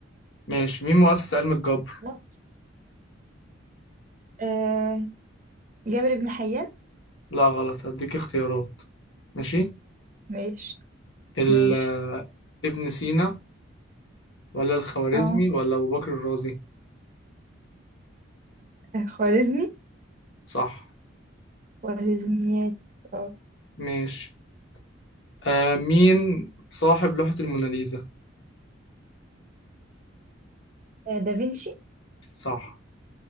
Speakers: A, on the left; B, on the right.
A: ماشي مين مؤسس علم الجبر
B: مصر آه جابر بن حيان
A: لا غلط هديك اختيارات ماشي
B: ماشي
A: ال
B: ماشي
A: آه، ابن سينا ولا الخوارزمي
B: اه
A: ولا أبو بكر الرازي
B: آه، خوارزمي
A: صح
B: خوارزميات اه
A: ماشي آه مين صاحب لوحة الموناليزا
B: آه، دافنشي
A: صح